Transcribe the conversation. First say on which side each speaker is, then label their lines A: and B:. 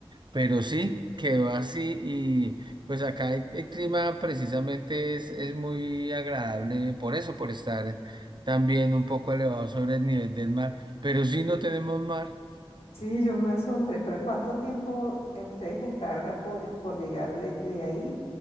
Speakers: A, on the right; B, on the left.
A: Pero sí, quedó así y pues acá el, el clima precisamente es, es muy agradable por eso, por estar también un poco elevado sobre el nivel del mar. Pero sí no tenemos mar.
B: Sí, yo me asombré, pero ¿cuánto tiempo a ustedes les tarda por, por llegar desde ahí